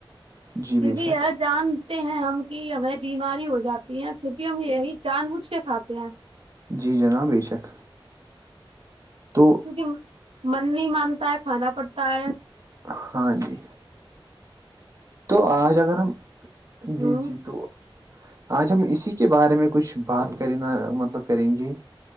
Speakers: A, on the right (about 35°); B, on the right (about 85°).
A: جی
B: پھر
A: بے
B: بھی
A: شک
B: یہ جان ہیں ہم کی ہمیں بیماری ہو جاتی ہے کیونکہ ہم یہی جان بوجھ کے کھاتے ہیں
A: جی جناب بے شک تو
B: کیکہ من نہیں مانتا ہے کھانا پڑتا ہے
A: ہاں جی تو آج اگر ہم جی
B: ہوں
A: جی تو آج ہم اسی کے بارے میں کچھ بات کرینا مطلب کریں گے